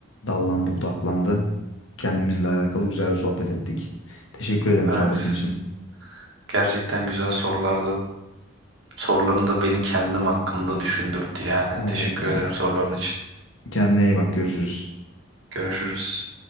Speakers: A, on the left; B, on the right.
A: dallandı, budaklandı. Kendimizle alakalı güzel bir sohbet ettik. Teşekkür ederim
B: evet.
A: sohbetin için.
B: Gerçekten güzel sorulardı. Soruların da beni kendim hakkında düşündürttü yani.
A: Evet
B: Teşekkür
A: abi.
B: ederim soruların için.
A: Kendine iyi bak, görüşürüz.
B: Görüşürüz.